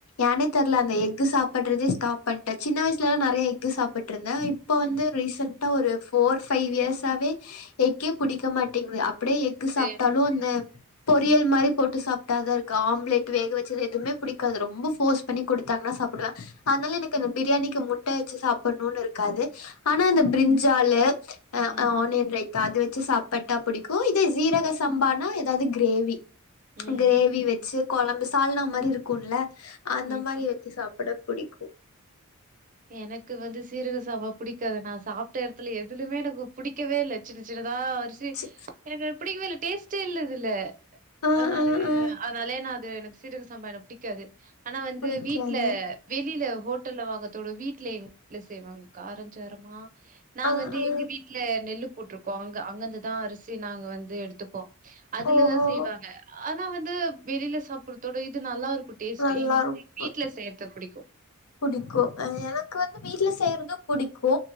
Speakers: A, on the left; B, on the right.
A: ஏனே தெர்ல அந்த எஃக்கு சாப்பட்றதுச் காப் பண்ட்டே சின்ன வயிச்லலா நெறைய எஃக்கு சாப்பிட்ருந்தே இப்ப வந்து
B: ம்.
A: ரீசென்ட் டா ஒரு ஃபோர் ஃபைவ் இயர்ஸாவே எஃக்கே புடிக்க மாட்டேங்து அப் ப்டியே எஃகு
B: சரி.
A: சாப்ட்டாலு அந்த பொரியல்
B: ம்.
A: மாரி போட்டு சாப்ட்டாதா இருக்கு ஆம் பிளட் வேக வச்சது எதுவுமே புடிக்காது ரொம்ப ஃபோர்ஸ் பண்ணி குடுத்தாங்னா சாப்டுவே அதனால எனக்கு அந்த பிரியாணிக்கு முட்ட வச்சு சாப்புணுன் இருக்காது ஆனா இந்த பிரிஞ்சாலு அ
B: ம்.
A: அ ஆனியன் ரைத்தா அது வச்சு சாப் பட்டா புடிக்கு இதே சீரக சம்பானா எதாது கிரேவி
B: ம்.
A: கிரேவி வச் சு கொழம்பு சால்னா மாரி இருக்குல்ல அந்த
B: ம்.
A: மாரி வெச்சு சாப்பட பிடிக்கு
B: எனக்கு வந்து சீரக சாவா பிடிக்காது நா சாப்ட்ட எடத்துல எதுலுமே எனக்கு பிடிக்கவே இல்ல சின்ன சின்னதா அரிசி
A: சி
B: எனக்கு அது பிடிக்கவே இல்ல டேஸ்ட்டே இல்ல அதுல
A: ஆ
B: நானு
A: ஆ ஆ
B: அதனாலே நா அது எனக்கு சீரக சம்பா எனக் பிடிக்காது ஆனா வந்து
A: புடிக்காது
B: வீட்ல வெளில ஹோட்டல்ல வாங்கத் தோட வீட்ல எங் ட்ல செய்வாங்க காரஞ்சாரமா நாங்க
A: ஆ
B: வந்து
A: ஆ
B: எங்க வீட் ட்ல நெல்லு போட்ருக்கோ அங்க அங்கிந்துதா அரிசி நாங்க வந்து எடுத்துப்போ அதுலதா
A: ஓஹோ
B: செய்வாங்க ஆனா வந்து வெளில சாப்பிர்றத்தோட இது நல்லாருக்கு டேஸ்ட்டு
A: நல்லாருக்கு
B: எங்கனா அது எங் வீட்ல செய்றது பிடிக்கு
A: புடிக்கு அ எனக்கு வந்து வீட்ல செய்றதும் புடிக்கு